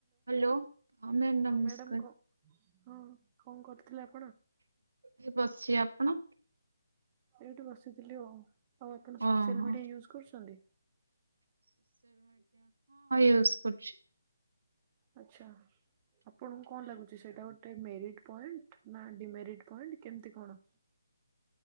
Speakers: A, on the right; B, on the right.
A: Hello ହଁ ma'am
B: ହଁ
A: ନମସ୍କାର।
B: madam କ ହଁ କଣ କରୁଥିଲେ ଆପ୍?
A: ଏଇ ବସିଛି ଆପଣ?
B: ଏଇଠି ବସିଥିଲି ଆଉ। ଆଉ ଆପଣ ସୋସିଆଲ୍
A: ଓହୋ
B: ମିଡିଆ ୟୁଜ୍ କରୁଛନ୍ତି?
A: ୟୁଜ୍ କରୁଛି।
B: ଆଛା ଆପଣଙ୍କୁ କଣ ଲାଗୁଛି ସେଟା ଗୋଟେ ମେରିଟ୍ ପଏଣ୍ଟ୍ ନା ଡିମେରିଟ୍? ପଏଣ୍ଟ କେମିତି କଣ?